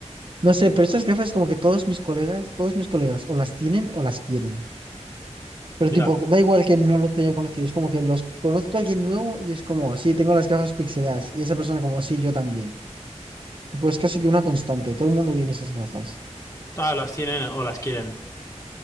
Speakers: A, on the right; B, on the left.
A: No sé, pero estas gafas como que todos mis colegas, todos mis colegas, o las tienen o las quieren. Pero
B: ya.
A: tipo, da igual que no los haya conocido, es como que los conozco a alguien nuevo y es como, sí, tengo las gafas pixeladas. Y esa persona como, sí, yo también. Tipo, es casi que una constante. Todo el mundo tiene esas gafas.
B: Ah, las tienen o las quieren.